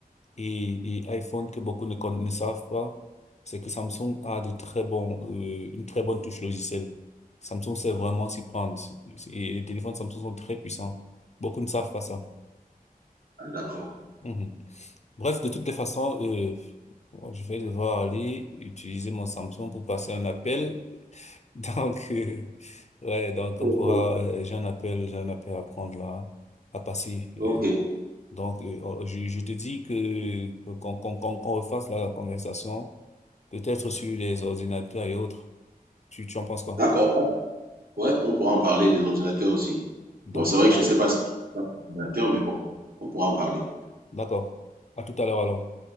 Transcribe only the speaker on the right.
Ah, d'accord.
Oh,
oh.
Ok,
d'accord. Ouais, on pourra en parler des ordinateurs aussi.
Bon, c'est vrai
que je sais pas ce qu'il y a mais bon, on pourra en parler.